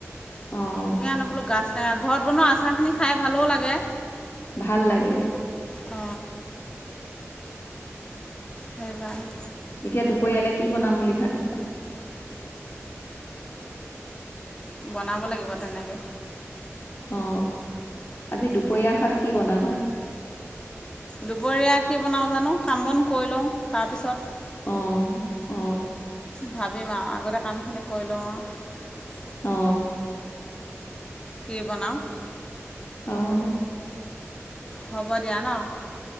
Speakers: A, on the left; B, on the left.
A: অঁ
B: ধুনীয়া নবোলো গাজ টেঙা ঘৰত বনোৱা আচাৰখিনি খাই ভালেও লাগে
A: ভাল লাগে
B: অ সেই কাৰনে
A: এতিয়া দুপৰীয়ালে কি বনাম বুলি ভাবিছা
B: বনাব লাগিব তেনেকে
A: অ আজি দুপৰীয়া সজ কি বনাবা
B: দুপৰীয়া কি বনাও জানো কাম বন কৰি লওঁ তাৰপিছত
A: অ অ
B: ভাবিম আৰু আগতে কামখিনি কৰি লওঁ আৰু
A: অ
B: কি বনাওঁ
A: আহ
B: হ'ব দিয়া ন